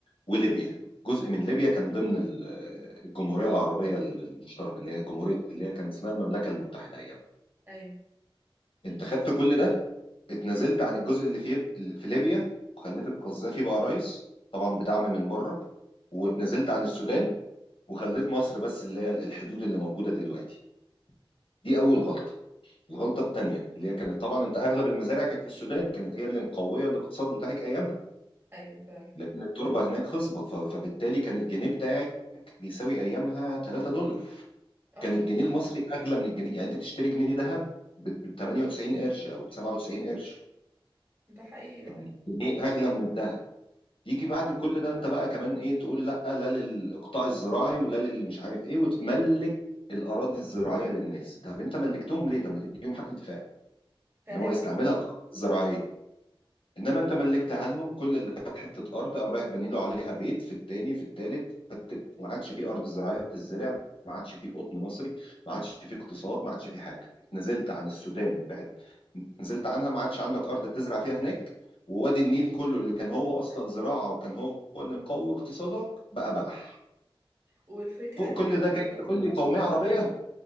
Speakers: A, on the left (about 70°); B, on the right (about 25°).
A: وليبيا جزء من ليبيا كان ضمن ال- الجمهورية العربية المشتركة اللي هي جمهورية اللي هي كان اسمها المملكة المتحدة ايامها
B: ايوه
A: انت خدت كل ده اتنازلت عن الجزء اللي في اللي في ليبيا وخليت القذافي بقى رئيس طبعا بدعم من بره واتنازلت عن السودان وخليت مصر بس اللي هي الحدود اللي موجودة دلوقتي دي اول غلطه الغلطه الثانيه اللي هي كانت طبعا انت اغلب المزارع كانت في السودان كانت هي اللي مقويه الاقتصاد بتاعك ايامها
B: ايوه فعلا
A: لان التربه هناك خصبه ف- فبالتالي كان الجنيه بتاعك بيساوي ايامها 3 دولار
B: اه
A: كان الجنيه المصري اغلى من الجنيه يعني انت تشتري جنيه ذهب ب 98 قرش او ب 97 قرش
B: ده حقيقي
A: يعني
B: اه
A: الجنيه اغلى من الذهب يجي بعد كل ده انت بقى كمان ايه تقول لا لا للاقطاع الزراعي ولا للمش عارف ايه وتملك الاراضي الزراعيه للناس طب انت ملكتهم ليه طب ما تديهم حق انتفاع
B: كان
A: ان هو
B: هيبقى
A: يستعملها الارض الزراعيه انما انت ملكتها لهم كل اللي خد حته ارض قام رايح باني له عليها بيت في التاني في التالت فتت ما عادش في ارض زراعيه بتزرع ما عادش في قطن مصري ما عادش في اقتصاد ما عادش في حاجه اتنزلت عن السودان بعد اتنزلت عنها ما عادش عندك ارض تزرع فيها هناك ووادي النيل كله اللي كان هو اصلا زراعه وكان هو اللي مقوي اقتصادك بقى بلح
B: والفكره
A: فوق
B: ان
A: كل
B: احنا
A: ده جاي
B: دلوقتي
A: تقول
B: انت
A: لي
B: عشان
A: قوميه
B: تص-
A: عربيه